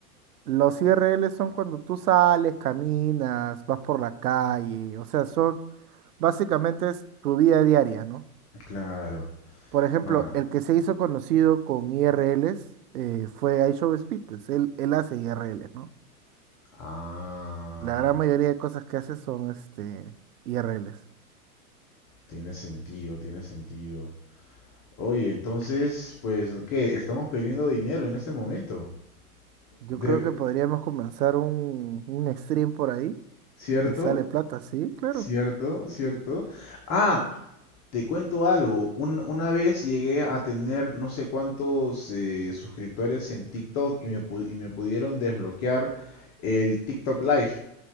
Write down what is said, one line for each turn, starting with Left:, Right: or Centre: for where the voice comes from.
Right: Los IRLs son cuando tú sales, caminas, vas por la calle, o sea, son básicamente es tu vida diaria, ¿no?
Left: Claro.
Right: Por ejemplo,
Left: Ma-
Right: el que se hizo conocido con IRLs eh, fue iShow Speed, pues él, él hace IRLs, ¿no?
Left: Ah,
Right: La gran mayoría de cosas que haces son este IRLs.
Left: tiene sentido, tiene sentido. Oye, entonces, pues, ¿qué? Estamos perdiendo dinero en este momento.
Right: Yo
Left: De-
Right: creo que podríamos comenzar un, un stream por ahí
Left: ¿Cierto?
Right: y sale plata, sí, claro.
Left: ¿Cierto? ¿Cierto? Ah, te cuento algo. Un- una vez llegué a tener no sé cuántos eh, suscriptores en TikTok y me, pu- y me pudieron desbloquear el TikTok Live.